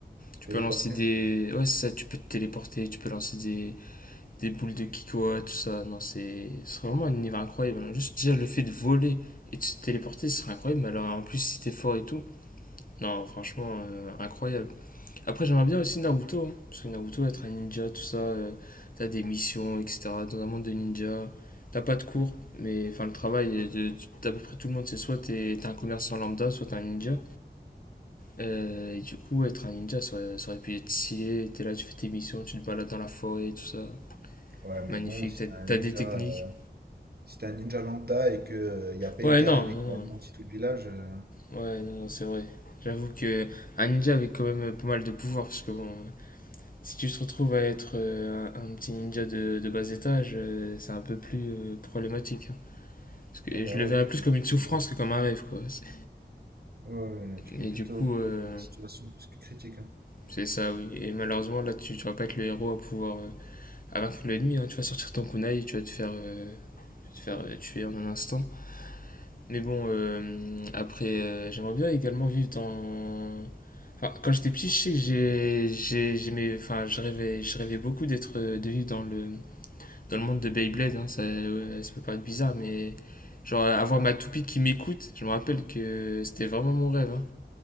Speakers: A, on the right (about 60°); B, on the left (about 50°).
A: Tu
B: Tu
A: t'es
B: peux lancer
A: porté?
B: des. Ouais, c'est ça, tu peux te téléporter, tu peux lancer des, des boules de Kikoa, tout ça. Non, c'est ce serait vraiment un univers incroyable. hein. Juste déjà le fait de voler et de se téléporter, ce serait incroyable. Mais alors en plus, si t'es fort et tout, non, franchement, euh, incroyable. Après, j'aimerais bien aussi Naruto, hein, parce que Naruto, être un ninja, tout ça, euh, t'as des missions, etc. Dans un monde de ninja, t'as pas de cours, mais enfin, le travail euh, de d'à peu près tout le monde, c'est soit t'es t'es un commerçant lambda, soit t'es un ninja. Euh, et du coup, être un ninja, ça aurait, ça aurait pu être stylé. T'es là, tu fais tes missions, tu te balades dans la forêt, tout ça.
A: Ouais, mais
B: Magnifique,
A: bon, si
B: t'as
A: t'es un
B: t'as
A: ninja,
B: des techniques.
A: euh, si t'es un ninja lambda et que, euh, y a Pain
B: Ouais,
A: qui
B: non,
A: arrive
B: non,
A: et qui
B: non.
A: anéantit tout le village, euh,
B: Ouais, non, non, c'est vrai. J'avoue que un ninja avait quand même pas mal de pouvoir, parce que bon, Si tu te retrouves à être euh, un, un petit ninja de, de bas étage, euh, c'est un peu plus euh, problématique. hein. Parce que
A: Ah bah
B: je le verrais
A: ouais, tu
B: plus
A: peux vite,
B: comme une souffrance
A: ouais,
B: que comme un rêve, quoi. C'est-
A: ouais, ouais, tu peux
B: Et
A: vite
B: du coup,
A: te retrouver
B: euh,
A: dans une situation plus que critique, hein.
B: c'est ça, oui. Et malheureusement, là, tu, tu vas pas être le héros à pouvoir euh, à vaincre l'ennemi. hein. Tu vas sortir ton kunai et tu vas te faire, euh, tu vas te faire euh, tuer en un instant. Mais bon, euh, après, euh, j'aimerais bien également vivre dans... Enfin, quand j'étais petit, je sais que j'ai, j'ai- j'aimais, enfin, je rêvais, je rêvais beaucoup d'être, euh, de vivre dans le, dans le monde de Beyblade, hein, ça, ouais, ça peut paraître bizarre, mais genre avoir ma toupie qui m'écoute, je me rappelle que c'était vraiment mon rêve. hein.